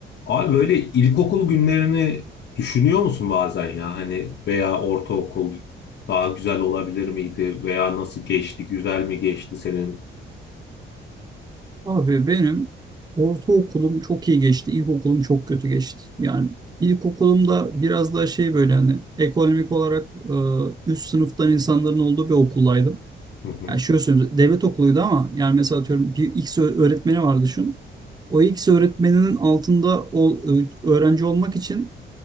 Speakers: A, on the left; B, on the right.
A: Abi böyle ilkokul günlerini düşünüyor musun bazen ya hani veya ortaokul daha güzel olabilir miydi veya nasıl geçti güzel mi geçti senin?
B: Abi benim ortaokulum çok iyi geçti. İlkokulum çok kötü geçti. Yani ilkokulumda biraz daha şey böyle hani ekonomik olarak e, üst sınıftan insanların olduğu bir okuldaydım.
A: Hı hı.
B: Yani şöyle söyleyeyim, devlet okuluydu ama yani mesela atıyorum bir X ö- öğretmeni var düşün. O X öğretmeninin altında o e, öğrenci olmak için